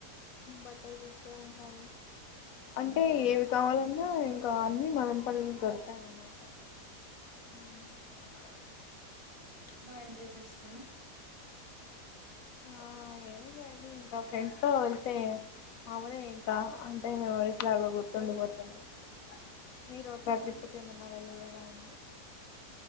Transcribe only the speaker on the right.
బా ఎంజాయ్ చేస్తార